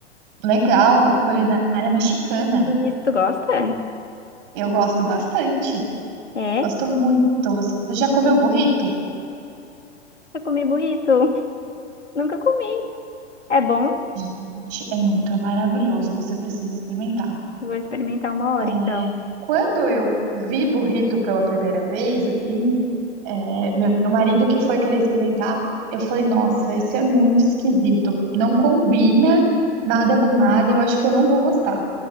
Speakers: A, on the right; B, on the left.
A: Legal, culinária mexicana.
B: E tu gosta?
A: Eu gosto bastante.
B: É?
A: Gosto muito. Você já comeu burrito?
B: Eu comi burrito. <laughs> Nunca comi. É bom?
A: Gente, é muito é maravilhoso, você precisa experimentar.
B: Vou experimentar uma hora
A: É,
B: então.
A: Quando eu vi burrito pela primeira vez, assim, é, meu meu marido que foi querer experimentar, eu falei, nossa, isso é muito esquisito, não combina nada com nada, eu acho que eu não vou gostar.